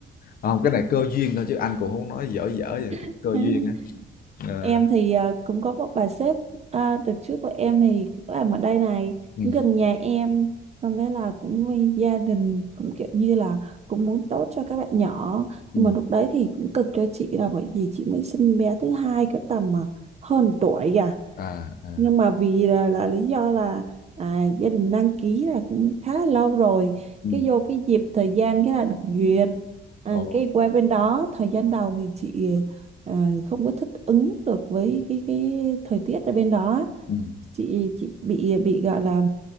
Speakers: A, on the left (about 50°); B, on the right (about 35°).
A: À, không cái này cơ duyên thôi chứ anh cũng không nói dở dở vậy cái
B: <laughs>
A: cơ duyên á Ờ,
B: Em thì à, cũng có một bà sếp à, đợt trước của em thì cũng làm ở đây này
A: ừ,
B: cũng gần nhà em xong cái là cũng vì gia đình cũng kiểu như là cũng muốn tốt cho các bạn nhỏ
A: ừ,
B: nhưng mà lúc đấy thì cũng cực cho chị là bởi vì chị mới sinh bé thứ hai cái tầm mà hơn tuổi kìa
A: à à
B: nhưng mà vì là, là lý do là à, gia đình đăng ký là cũng khá là lâu rồi
A: ừ,
B: cái vô cái dịp thời gian cái là được duyệt à,
A: ồ
B: cái qua bên đó thời gian đầu thì chị à, không có thích ứng được với cái cái thời tiết ở bên đó
A: ừ.
B: chị chị bị bị gọi là